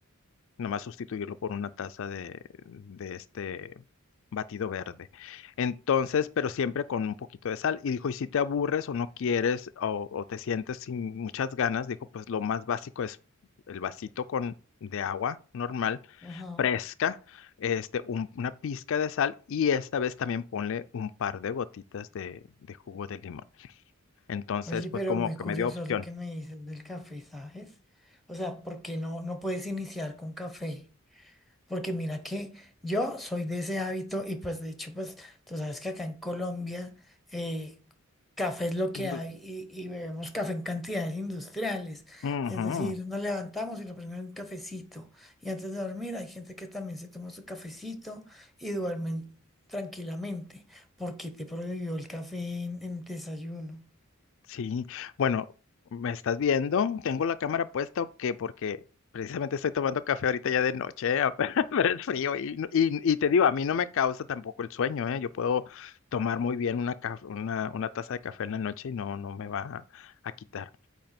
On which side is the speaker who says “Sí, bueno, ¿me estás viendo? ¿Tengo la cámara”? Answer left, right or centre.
Left